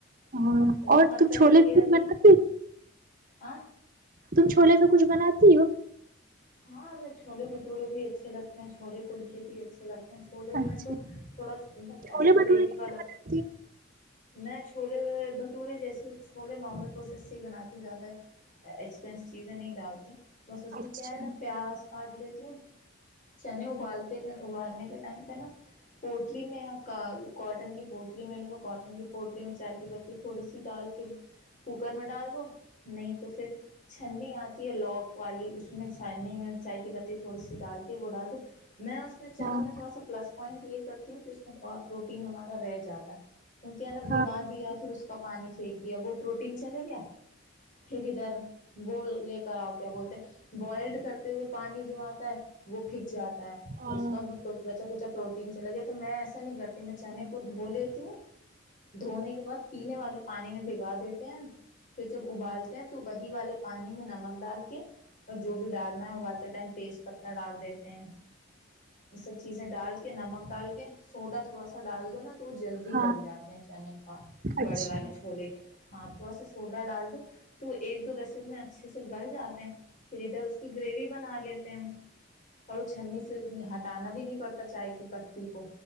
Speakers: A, on the right (about 45°); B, on the left (about 45°).
A: ہاں
B: اس میں
A: اور
B: خستہ
A: ت چھولے
B: ٹکی
A: پھول
B: رہتی
A: بناتی
B: آں
A: تم چھولے سے کچھ بناتی ہو
B: ہاں ہمیں چھولے بٹورے بھی اچھے لگتے ہیں چھولے کلچے بھی اچھے لگتے ہیں چھولے
A: اچھا
B: میں تو تھوڑا مطلب
A: چھولے
B: ایسا گریوی
A: بھٹورے کی
B: والا
A: بناتی ہو
B: میں چھولے بھٹورے جیسے چھولے نارمل پروسیس سے ہی بناتی ہوں زیادہ ایکسپینس چیزیں نہیں ڈالتے بس ا اس
A: اچھا
B: میں کیا ہے نا کاٹ لیتی ہوں چنے ابالتے ابالنے کے پہ نا پٹلی میں کاٹن کی پوٹلی میں لے دو کاٹن کی پوٹلی میں چائے کی پتی تھوڑی سی ڈال کے کوکر میں ڈال دو نہیں تو پھر چھنی آتی ہے لاک والی اس میں چاننی میں چائے کی پتی تھوڑی سی ڈال کے وہ ڈال دو میں اس میں چلوں
A: ہاں
B: میں تھوڑا سا پلس پوائنٹ یہ کرتی ہوں کہ اس میں تھوڑا پروٹین ہمارا رہ جاتا ہے ان کیا نا بھگا
A: ہاں
B: دیا پھر اس کا پانی پھینک دیا وہ پروٹین چلے گیا پھر ادھر وہ لے کر آؤ کیا بولتے ہیں بوائلڈ کرتے ہوئے پانی جو آتا ہے وہ پھنک جاتا
A: ہاں
B: اس
A: ہاں
B: کا بھی بچا کچھا پروٹین چل گیا تو میں ایا س گ میں چنے کو دھو لیتی ہوں دھونے کے بعد پینے والے پانی میں بھگا دیتے ہیں پھر جب ابالتے ہیں تو وہی والے پانی میں نمک ڈال کے اور جو بھی ڈالنا ہے ابالتے ٹائم تیز پتہ ڈال دیتے ہیں یہ سب چیزیں ڈال کے نمک ڈال کے سوڈا تھوڑا سا ڈال دو نا تو تو جلدی
A: ہاں
B: گل جاتے ہیں چانک بڑے
A: اچھا
B: والے چھولے کے ہاں تھوڑا سا سوڈا ڈال دو تو ایک دو ویسن میں اچھے سے گل جاتے ہیں پھر ادھر اس اس کی گریوی بنا لیتے ہیں ہم اور وہ چھنی سے ہٹانا بھی نہیں پڑتا چائے کی پتی کو